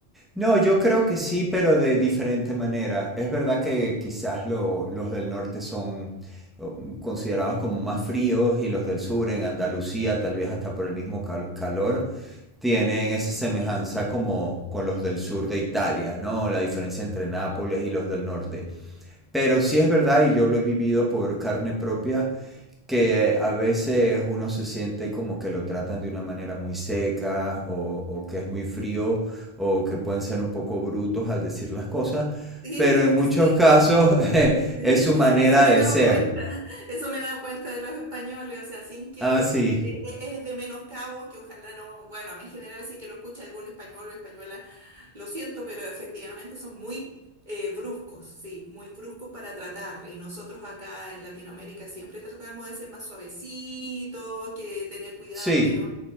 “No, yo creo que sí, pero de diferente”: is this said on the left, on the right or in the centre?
Centre